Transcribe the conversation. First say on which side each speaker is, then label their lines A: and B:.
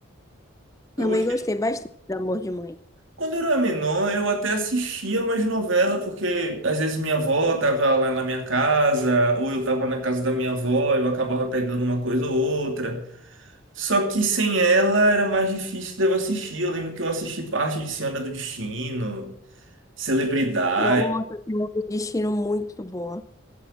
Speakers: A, on the right; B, on the left.
A: Eu
B: Também
A: gostei.
B: gostei bastante do Amor de Mãe.
A: Quando eu era menor, eu até assistia mais novela, porque às vezes minha avó tava lá na minha casa, ou eu tava na casa da minha avó, eu acabava pegando uma coisa ou outra. Só que sem ela era mais difícil de eu assistir. Eu lembro que eu assisti parte de Senhora do Destino, Celebridade.
B: Nossa, tem um destino muito boa.